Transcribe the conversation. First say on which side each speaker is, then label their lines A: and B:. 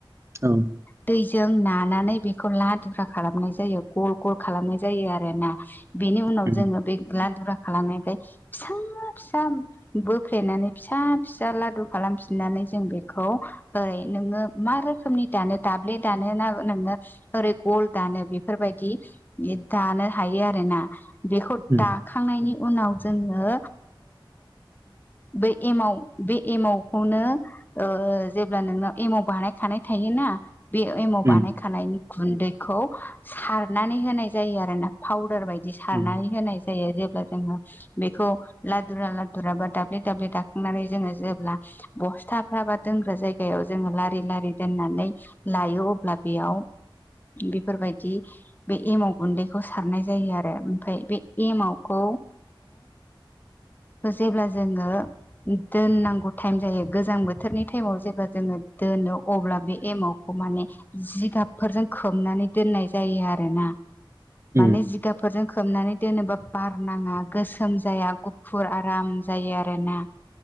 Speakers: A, on the right (about 30°); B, on the left (about 20°).
A: औ
B: दैजों नानानै बेखौ लादुुरा खालामनाय जायो गल गल खालामनाय जायो आरोना। बेनि उनाव
A: उम
B: जोङो बे लादुरा खालामनायफ्राय फिसा फिसा बोफ्लेनानै फिसा फिसा लादु खालामफिननानै जों बेखौ ओरै नोङो मा रोखोमनि दानो दाब्ले दानो ना ओरै गल दानो बेफोरबायदि दानो हायो आरोना। बेखौ
A: उम
B: दाखांनायनि उनाव जोङो बे एमाव बे एमाव खौनो जेब्ला नोंनाव एमाव बानायखानाय थायोना। बे एमाव
A: उम
B: बानायखानायनि गुन्दैखौ सारनानै होनाय जायो आरो ना पाउदार बायदि बिदि सारनानै
A: उम
B: होनाय जायो जेब्ला। जोङो बेखौ लादुरा लादुरा बा दाब्ले दाब्ले दाखांनानै जोङो बस्थाफ्रा बा दोनग्रा जायगायाव जोङो लारि लारि दोननानै लायो अब्ला बे <inaudible> बेफोरबायदि बे एमाव गुन्दैखौ सारनाय जायो आरो ओमफ्राय बे एमावखौ जेब्ला जोङो दोननांगौखौ टाइम जायो गोजां बोथोरनि टाइमाव जेब्ला जोङो दोनो। अब्ला बे एमावखौ माने जिगाबफोरजों खोबनानै दोननाय जायो आरोना।
A: उम
B: माने जिगाफोरजों खोबनानै दोनोब्ला बार नाङा गोसोम जाया गुफुर आराम जायो आरोना।